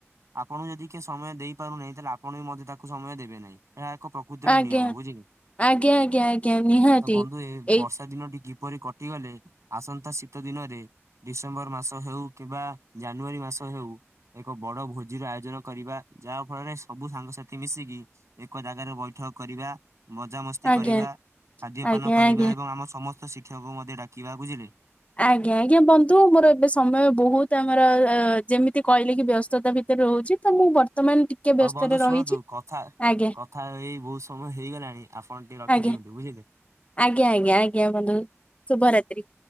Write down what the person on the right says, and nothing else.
ଆପଣଙ୍କୁ ଯଦି କିଏ ସମୟ ଦେଇପାରୁ ନାହିଁ ତାହେଲେ ଆପଣ ବି ମଧ୍ୟ ତାକୁ ସମୟ ଦେବେ ନାହିଁ। ଏହା ଏକ ପ୍ରକୃତିର
ନିୟମ ବୁଝିଲେ।
ତ ବନ୍ଧୁ ଏ
ବର୍ଷା ଦିନ ଟିକେ କିପରି କଟିଗଲେ, ଆସନ୍ତା ଶୀତ ଦିନରେ ଡିସେମ୍ବର ମାସ ହେଉ କିମ୍ବା ଜାନୁଆରୀ ମାସ ହେଉ ଏକ ବଡ ଭୋଜିର ଆୟୋଜନ କରିବା। ଯାହା ଫଳରେ ସବୁ ସାଙ୍ଗସାଥି ମିଶିକି ଏକ ଜାଗାରେ ବୈଠକ କରିବା। ମଜାମସ୍ତି
କରିବା। ଖାଦ୍ୟପାନ
କରିବା
ଏବଂ ଆମ ସମସ୍ତ ଶିକ୍ଷକ ମଧ୍ୟ ଡାକିବା। ବୁଝିଲେ?
ହଉ
ବନ୍ଧୁ ଶୁଣନ୍ତୁ
କଥା
କଥା ହେଇ ବହୁତ ସମୟ ହେଇଗଲାଣି ଆପଣ ଟିକେ ରଖିଦିଅନ୍ତୁ।
ବୁଝିଲେ?